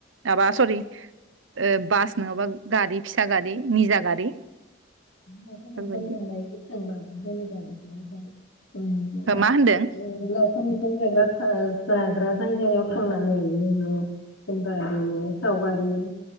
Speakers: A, on the right; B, on the left.
A: आबा सरि ओ बास नङाबा गारि फिसा गारि निजा गारि
B: नंखाय नखाम
A: बेफोरबायदि
B: जानाय थांबाबो <inaudible> जेनेबा बिदिहाय उम
A: हो मा होनदों?
B: लावखार ओंखाम जाग्राफ्रा जाग्रा जायगायाव थांनानै नोङो जेनेबा ओरैनो सावगारि